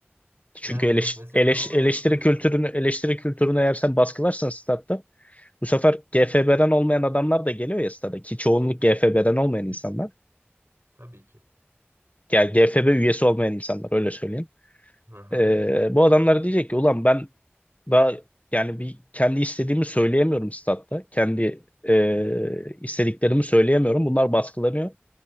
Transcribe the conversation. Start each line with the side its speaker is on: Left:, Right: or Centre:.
Left: Çünkü
Right: Yani
Left: eleş,
Right: evet mesela
Left: eleş-
Right: o mevzu
Left: eleştiri
Right: da öyle.
Left: kültürünü eleştiri kültürünü eğer sen baskılarsan statta bu sefer GFB'den olmayan adamlar da geliyor ya stada ki çoğunluk GFB'den olmayan insanlar.
Right: Tabii ki.
Left: Yani GFB üyesi olmayan insanlar öyle söyleyeyim.
Right: Hı hı.
Left: Ee, bu adamlar diyecek ki ulan ben daha yani bir kendi istediğimi söyleyemiyorum statta. Kendi e, istediklerimi söyleyemiyorum. Bunlar baskılanıyor.